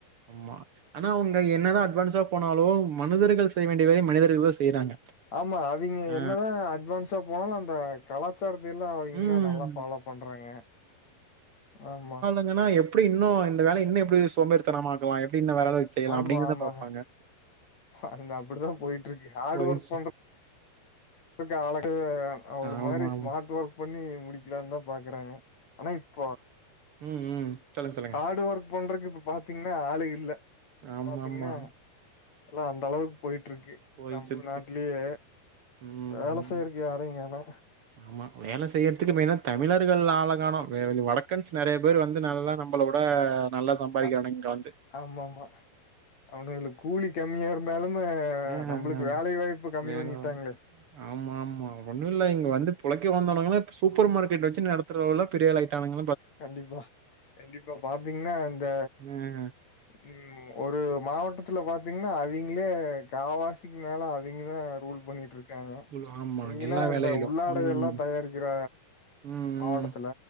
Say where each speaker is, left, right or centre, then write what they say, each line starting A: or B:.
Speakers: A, on the right; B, on the left.
A: ஆமா ஆனா அவுங்க என்னதா அட்வான்ஸா போனாலு மனிதர்கள் செய்ய வேண்டிய வை மனிதர்களு செய்றாங்க
B: ஆமா அது நீங்க
A: ஆ.
B: என்னதா அட்வான்ஸா போனாலு அந்த கலாச்சாரத்தேல்லா அவிங்கனா
A: ம்.
B: நல்லா ஃபாலா பண்றாங்க ஆமா
A: எதனா எப்டி இன்னு இந்த வேலய இன்னு எப்டி யோஸ் சோம்பேரிதனமாக்கலா எப்டி இன்ன வேற எத வச் செய்யலா
B: ஆமா,
A: அப்டிங்கறதா
B: ஆமா.
A: பாபாங்க
B: அந்த அப்டிதா போயிட்டு இருக்கு ஹாட்
A: போயிட்டு
B: ஒர்க் பண்ற க்கு அளகு ஒரு
A: ஆமா,
B: மாரி ஸ்மார்ட்
A: ஆமா.
B: ஒர்க் பண்ணி முடிக்கலான் தா பாக்குறாங்க ஆனா இப்ப
A: ம் ம் சொல்லுங்க, சொல்லுங்க.
B: ஹார்டு ஒர்க் பண்றக்கு இப்ப பாத்தீங்கன்னா ஆளே இல்ல
A: ஆமாமா.
B: பாத்தீங்கன்னா எல்லா அந்த அளவுக்கு போயிட்ருக்கு
A: போயிட்டு
B: நம்ப
A: இருக்கு.
B: நாட்லயே
A: ம்,
B: வேல
A: ம்.
B: செய்றக்கு யாரையு காணா
A: ஆமா வேல செய்றதுக்கு மெயினா தமிழர்கள் ஆள காணோ வேற வ வடக்கன்ஸ் நெறைய பேர் வந்து நல்லா நம்பள விட நல்லா சம்பாறிக்கானுக
B: அ
A: இங்க வந்து
B: ஆமாமா. அவனுங்களுக்கு கூலி கம்மியா இருந்தாலுமே
A: ஆ,
B: நம்மளுக்கு
A: ஆ.
B: வேலை
A: ஆ.
B: வாய்ப்பு கம்மி
A: வேலை
B: பண்ணிட்டாங்களே
A: ஆமாமா ஒண்ணு இல்ல இங்க வந்து பொளைக்க வந்தவுனுங்களே இப்ப சூப்பர் மார்க்கெட் வச்சு நடத்துற அளவுக் பெரியாளாய்ட்டானுங்க
B: கண்டிப்பா கண்டிப்பா பாத்தீங்கன்னா இந்த
A: ஆ.
B: ம் ஒரு மாவட்டத்துல பாத்தீங்கன்னா அவிங்களே காவாசிக்கு மேல அவிங்கதா ரூல் பண்ணிட்டுரு க்காங்க
A: குழு ஆமா
B: எங்கன்னா
A: எல்லா
B: இந்த
A: வேலையிலும்
B: உள்ளாடைகல்லா
A: ம்
B: தயாரிக்கிற
A: ம்
B: மாவட்டத்துல